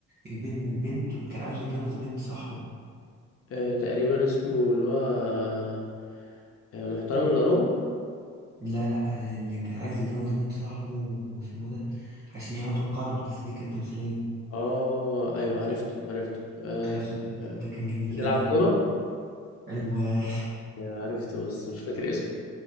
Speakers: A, on the right; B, on the left.
A: بين بنت كان عايز يتجوز بنت صاحبه
B: آه، تقريبا اسمه اللي هو آه، آه، محترم الا ربع
A: لا لا اللي كان عايز يتجوز بنت صاحبه واسمه إيه ده عشان ياخدوا القرض بس دي كانت تمثيلية
B: اه ايوه عرفته عرفته آه
A: عرفته ده,
B: آه،
A: ده, ده كان جميل
B: بتلعب
A: جدا
B: كرة
A: ايوه
B: أيوة، عرفته بس مش فاكر اسمه